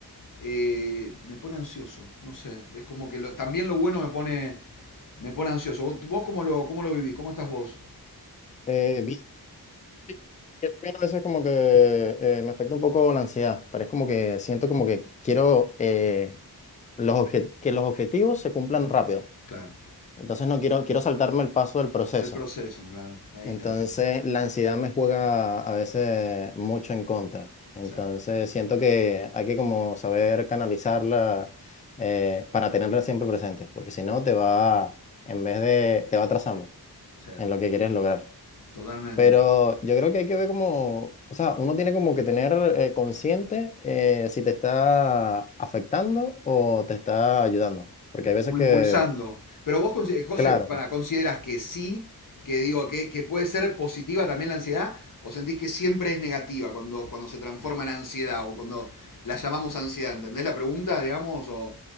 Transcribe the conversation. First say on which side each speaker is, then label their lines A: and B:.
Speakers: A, on the left (about 55°); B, on the left (about 20°).
A: eh, me pone ansioso, no sé, es como que lo- también lo bueno me pone, me pone ansioso. ¿Vos, vos cómo lo, cómo lo vivís? ¿Cómo estás vos?
B: Eh, vi- sí, yo también a veces como que eh, me afecta un poco la ansiedad, pero es como que siento como que quiero eh, los obje- que los objetivos se cumplan rápido.
A: Claro,
B: Entonces no quiero, quiero saltarme el paso del proceso.
A: el proceso, claro, ahí
B: Entonces
A: está el tema.
B: la ansiedad me juega a veces mucho en contra. Entonces
A: Sí.
B: siento que hay que como saber canalizarla eh, para tenerla siempre presente, porque si no te va, en vez de, te va atrasando.
A: Sí,
B: en lo que quieres lograr.
A: totalmente.
B: Pero yo creo que hay que ver como, o sea, uno tiene como que tener eh, consciente eh, si te está afectando o te está ayudando. Porque hay veces
A: Como
B: que,
A: impulsando. Pero vos, consi- José,
B: claro,
A: para, ¿consideras que sí, que digo, que, que puede ser positiva también la ansiedad? ¿O sentís que siempre es negativa cuando, cuando se transforma en ansiedad o cuando la llamamos ansiedad? ¿Entendés la pregunta, digamos? O